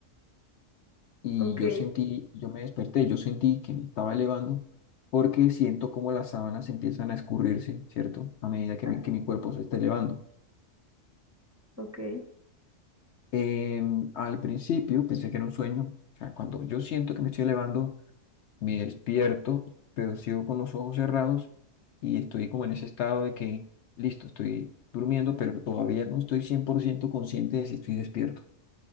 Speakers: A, on the left (about 65°); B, on the right (about 15°).
A: y
B: ok,
A: yo sentí, yo me desperté, yo sentí que me estaba elevando porque siento como las sábanas empiezan a escurrirse, ¿cierto? A medida que
B: <laughs>
A: mi, que mi cuerpo se está elevando.
B: ok.
A: Em, al principio pensé que era un sueño, o sea, cuando yo siento que me estoy elevando, me despierto, pero sigo con los ojos cerrados y estoy como en ese estado de que, listo, estoy durmiendo, pero todavía no estoy 100% consciente de si estoy despierto.